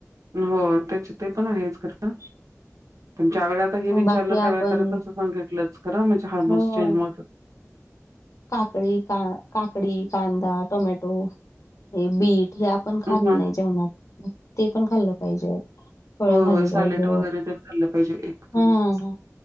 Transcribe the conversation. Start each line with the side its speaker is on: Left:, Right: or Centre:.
Right: हो त्याचे ते पण आहेच खर. पण ज्या वेळेल हे विचारलं
Left: बाकी
Right: त्यावेळे
Left: आपण
Right: तरी तस सांगितलंच खर म्हणजे हार्मोनस
Left: हो,
Right: चेंज मूळ
Left: काकडी का काकडी, कांदा, टोमॅटो, हे बीट हे आपण खात
Right: हं.
Left: नाही जेवणात ते पण खाल्लं पाहिजे. फळं
Right: होय,
Left: खाली
Right: होय. सॅलेड
Left: पाहिजे
Right: वगैरे ते खाल्लं पाहिजे एक चमच.
Left: हम्म हम्म